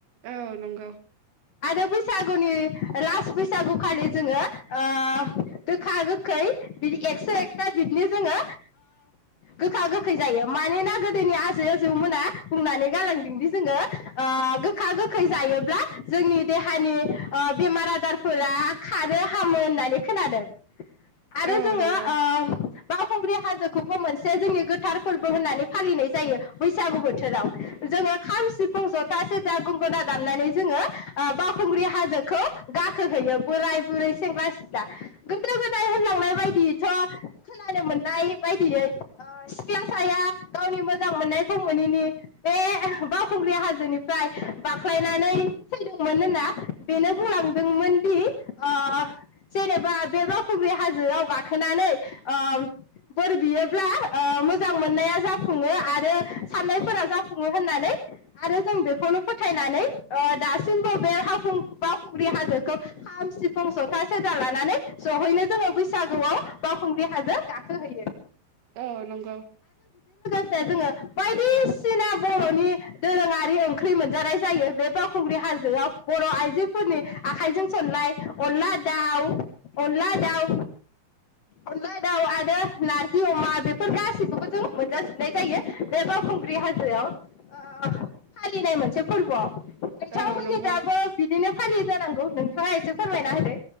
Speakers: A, on the right (about 80°); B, on the left (about 65°).
A: औ नंगौ
B: आरो बैसागुनि लास्ट बैसागु खालि जोङो ओ गोखा गोखै बिदि एकस एकथा बिदनि जोङो गोखा गोखै जायो मानोना गोदोनि आजै आजौमोना बुंनानै गालांदोंदि जोङो ओ गोखा गोखै जायोब्ला जोंनि देहानि ओ बेमार आजारफोरा खारो हामो होननानै खोनादों। आरो
A: औ
B: जोङो
A: नंगौ
B: ओ बावखुंग्रि हाजो खौबो मोनसे जोंनि गोथार फोरबो होननानै फालिनाय जायो बैसागु बोथोराव जोङो खाम सिफुं जथा सेरजा गंगना दामनानै जोङो ओ बावखुंग्रि हाजोखौ गाखोहोयो बोराय बुरै सेंग्रा सिख्ला गोदो गोदाय होनलांनाय बायदियैथ खोनानो मोननाय बायदियै ओ सिख्ला साया गावनि मोजां मोननायखौ मोनैनि बे बावखुंग्रि हाजोनिफ्राय बाख्लायनानै थैदोंमोन होनना बेनो बुंलांदोंमोनदि ओ जेनेबा बे बावखुंग्रि हाजोआव गाखोनानै ओ बोर बियोब्ला ओ‌ मोजां मोननाया जाफुङो आरो साननायफोरा जाफुङो होननानै आरो जों बेखौनो फोथायनानै ओ दासिमबो बे हाव खुं बावखुंग्रि हाजोखौ खाम सिफुं जथा सेरजा लानानै जयैनो जोङो बैसागुआव बावखुंग्रि हाजो गाखो हैयो।
A: औ नंगौ
B: से जोङो बायदिसिना बर'नि दोरोङारि ओंख्रि मोनजानाय जायो बे बाव खुंग्रि हाजोआव बर' आइजोफोरनि आखाइजों सनलाय अनला दाउ अनला दाउ अनला दाउ आरो नारजि अमा बेफोर गासिखौबो जों मोनजाजोबनाय जायो बे बावखुंग्रि हाजोआव ओ फालिनाय मोनसे फोरबोआव। नोंथांमोननि
A: औ नंगौ
B: जाबो बिदिनो फालियो जान नांगौ नोंथाङा एसे फोरमायना होदो